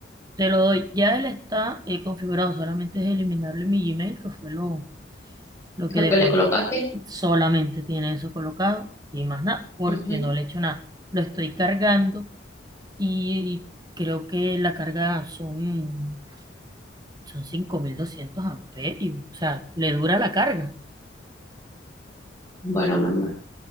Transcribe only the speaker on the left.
lo
que le colocaste.
ujú.
Bueno, mi amor.